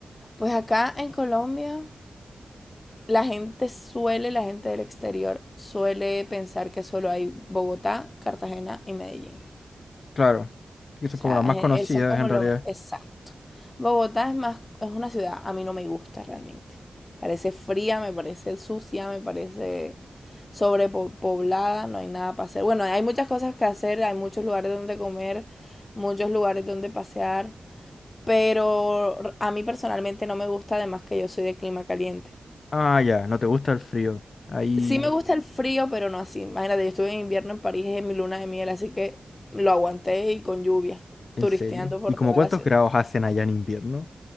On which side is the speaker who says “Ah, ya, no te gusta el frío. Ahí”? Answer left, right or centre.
Left